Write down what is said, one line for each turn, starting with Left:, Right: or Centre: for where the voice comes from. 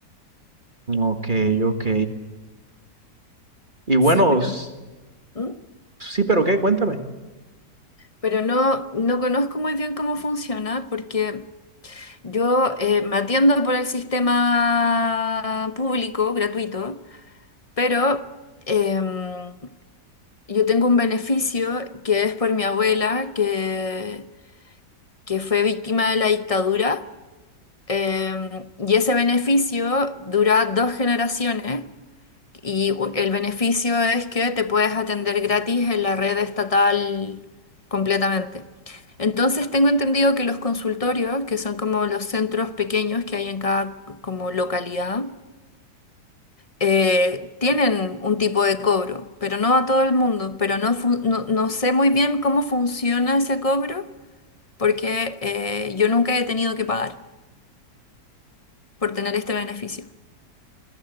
Right: Ok, ok. Y bueno,
Left: Sí, pero,
Right: s-
Left: ¿Mm?
Right: sí, pero ¿qué? Cuéntame.
Left: pero no, no conozco muy bien cómo funciona porque yo eh, me atiendo por el sistema público gratuito, pero em, yo tengo un beneficio que es por mi abuela que, que fue víctima de la dictadura em, y ese beneficio dura dos generaciones. Y u- el beneficio es que te puedes atender gratis en la red estatal completamente. Entonces tengo entendido que los consultorios, que son como los centros pequeños que hay en cada como localidad, eh, tienen un tipo de cobro, pero no a todo el mundo. Pero no, fu- no, no sé muy bien cómo funciona ese cobro porque eh, yo nunca he tenido que pagar por tener este beneficio.